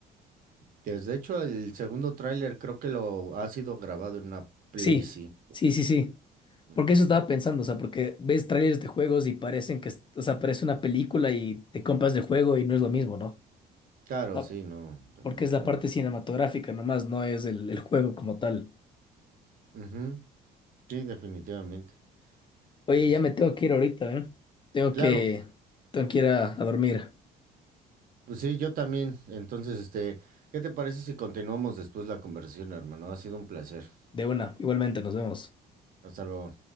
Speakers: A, on the right (about 55°); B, on the left (about 30°).
A: pues de hecho, el segundo tráiler creo que lo ha sido grabado en una Play
B: Sí,
A: 5.
B: sí, sí, sí.
A: Ujú.
B: Porque eso estaba pensando, o sea, porque ves trailers de juegos y parecen que, es- o sea, parece una película y te compras el juego y no es lo mismo, ¿no?
A: Claro,
B: Ah,
A: sí, no, definitivamente.
B: porque es la parte cinematográfica nomás, no es el, el juego como tal.
A: Ujú, Sí, definitivamente.
B: Oye,
A: Es,
B: ya me tengo que ir ahorita, ¿eh? Tengo
A: claro,
B: que, tengo que ir a, a dormir.
A: Pues sí, yo también. Entonces, este, ¿qué te parece si continuamos después la conversación, hermano? Ha sido un placer.
B: De una, igualmente, nos vemos.
A: Hasta luego.